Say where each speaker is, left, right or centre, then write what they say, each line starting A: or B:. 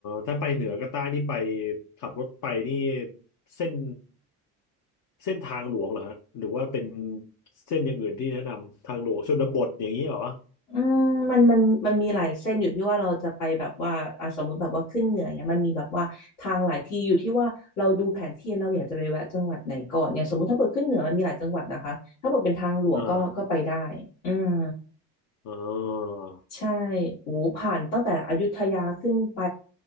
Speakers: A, on the left; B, on the left.
A: ถ้าไปเหนือกับใต้นี่ไปขับรถไปนี่เส้นเส้นทางหลวงเหรอฮะหรือว่าเป็นเส้นอย่างอื่นที่แนะนำทางหลวงชนบทอย่างนี้เหรอ
B: อืมมันมันมันมีหลายเส้นอยู่ที่ว่าเราจะไปแบบว่าอ่ะสมมติแบบว่าขึ้นเหนือเนี่ยมันมีแบบว่าทางหลายที่อยู่ที่ว่าเราดูแผนที่เราอยากจะไปแวะจังหวัดไหนก่อนเนี่ยสมมติถ้าเปิดขึ้นเหนือมันมีหลายจังหวัดนะคะถ้าเปิดเป็นทางหลวงก็ก็ไปได้
A: อ่า
B: อืม
A: เอ๋อ
B: ใช่โอ้ผ่านตั้งแต่อยุธยาขึ้นไป